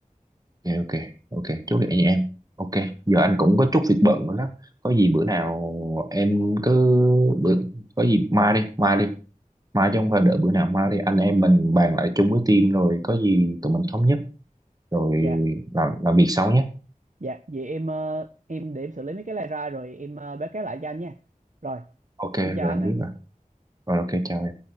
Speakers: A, on the right; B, on the right.
A: ok ok ok chốt vậy nha em ok giờ anh cũng có chút việc bận nữa đó có gì bữa nào em cứ bữa có gì mai đi mai đi mai chứ không phải đợi bữa nào mai đi anh em mình bàn lại chung với team rồi có gì tụi mình thống nhất rồi
B: dạ
A: làm làm việc sau nhé
B: dạ vậy em ờ, em để em xử lý mấy cái này ra rồi em ờ, báo cáo lại cho anh nha rồi
A: ok rồi
B: em chào anh
A: anh
B: ạ
A: biết rồi rồi ok chào em